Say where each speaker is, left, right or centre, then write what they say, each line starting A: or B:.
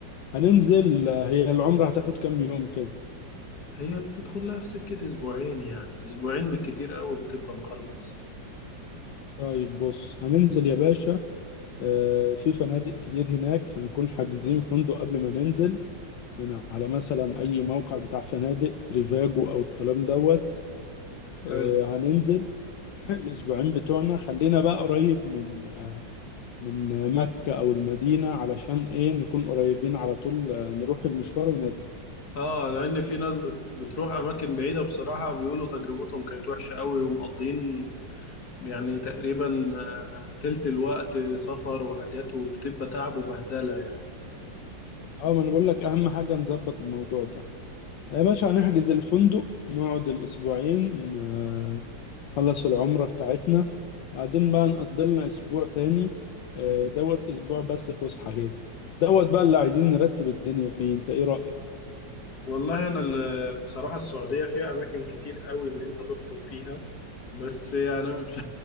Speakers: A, on the left; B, on the left.
A: هننزل آه، هي العمرة هتاخد كام يوم كده
B: هي بتدخل لها في سكة أسبوعين يعني أسبوعين بالكتير قوي بتبقى مخلص
A: طيب بص هننزل يا باشا آه، في فنادق كتير هناك هنكون حاجزين فندق قبل ما ننزل من على مثلا أي موقع بتاع فنادق تريفاجو أو الكلام دوت آه،
B: حلو
A: هننزل <clears throat> الأسبوعين بتوعنا خلينا بقى قريب من من مكة أو المدينة علشان إيه نكون قريبين على طول آه، نروح المشوار ونرجع
B: اه لان في ناس بت... بتروح اماكن بعيده بصراحه بيقولوا تجربتهم كانت وحشه قوي ومقضين يعني تقريبا آه، تلت الوقت سفر وحاجات وبتبقى تعب وبهدلة يعني
A: اه ما انا بقول لك اهم حاجه نظبط الموضوع ده يا باشا هنحجز الفندق نقعد الأسبوعين آه، نخلص العمرة بتاعتنا بعدين بقى نقضي لنا أسبوع تاني آه، دوت أسبوع بس فسحة كده دوت بقى اللي عايزين نرتب الدنيا فيه أنت إيه رأيك؟
B: والله أنا ال- بصراحة السعودية فيها أماكن كتير قوي إن أنت تخرج فيها بس يعني <laughs> مش